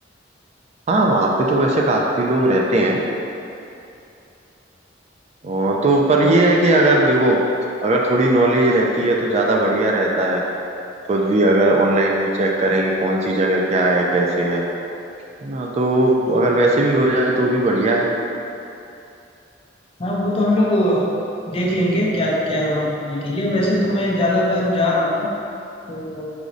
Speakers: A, on the right; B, on the left.
A: हाँ वहाँ पे तो वैसे काफी लोग रहते हैं और तो पर
B: तो
A: ये है कि अगर देखो अगर थोड़ी नॉलेज रहती है तो ज्यादा बढ़िया रहता है खुद भी अगर ऑनलाइन भी चेक करें कि कौन सी जगह क्या है कैसे है है ना तो अगर वैसे भी हो जाए तो भी बढ़िया है
B: हाँ वो तो हम लोग देख लेंगे क्या क्या है वहाँ घूमने के लिए वैसे तो मैं ज़्यादातर जा रहा हूँ तो